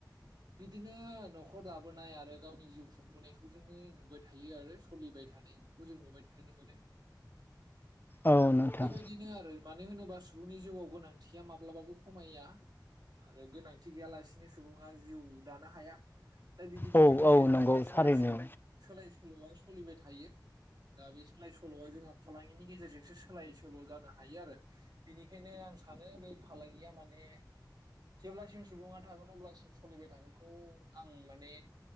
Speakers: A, on the right (about 65°); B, on the left (about 25°).
A: । बिदिनो नखर दाबोनाय आरो गावनि जिउ खुंबोनायखौ जोङो नुबाय थायो आरो सलिबाय थानायखौ जों नुबाय थानो मोनो ।
B: औ नोंथां
A: बेबायदिनो आरो मानो होनोबा सुबुंनि जिउआव गोनांथिया मा माब्लाबाबो खमया आरो गोनांथि गैयालासिनो सुबुङा जिउ दानो हाया दा बिदिनि
B: औ
A: थाखायनो
B: औ
A: जोंहा
B: नंगौ
A: सोलाय
B: थारैनो
A: सो सोलाय नआ सलिबाय थायो दा बे सोलाय सोलआ जोंहा फालांगिनि गेजेरजोंसो सोलाय सोल जानो हायो आरो बिनिखायनो आं सानो बे फालांगिया माने जेब्लासिम सुबुङा थागोन अब्लासिम सलिबाय थागोन खौ आं माने